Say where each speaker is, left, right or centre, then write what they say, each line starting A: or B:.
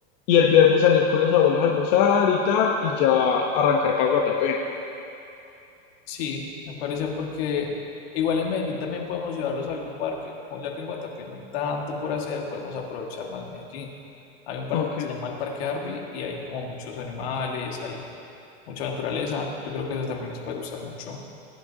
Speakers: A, on the left; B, on the left.
A: y el viernes salir con los abuelos a almorzar y tal, y ya arrancar para Guatapé.
B: Sí, me parece porque igual en Medellín también podemos llevarlos a algún parque. Como ya que en Guatapé no hay tanto por hacer, podemos aprovechar más Medellín. Hay un parque
A: Ok.
B: que se llama el Parque Arby y hay como muchos animales, hay mucha naturaleza. Yo creo que eso también les puede gustar mucho.